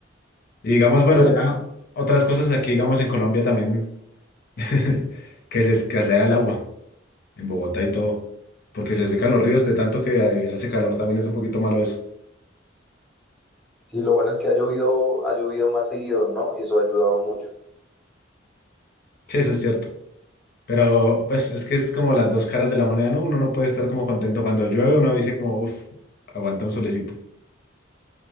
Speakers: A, on the left; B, in the centre.
A: Y digamos, bueno,
B: Yo
A: ya
B: la-
A: otras cosas aquí, digamos, en Colombia también, <laughs> que se escasea el agua, en Bogotá y todo, porque se secan los ríos de tanto que hay- hace calor, también es un poquito malo eso.
B: sí, lo bueno es que ha llovido, ha llovido más seguido, ¿no? Y eso ha ayudado mucho.
A: Sí, eso es cierto. Pero pues es que es como las dos caras de la moneda, ¿no? Uno no puede estar como contento cuando llueve, uno dice como, uff, aguanta un solecito.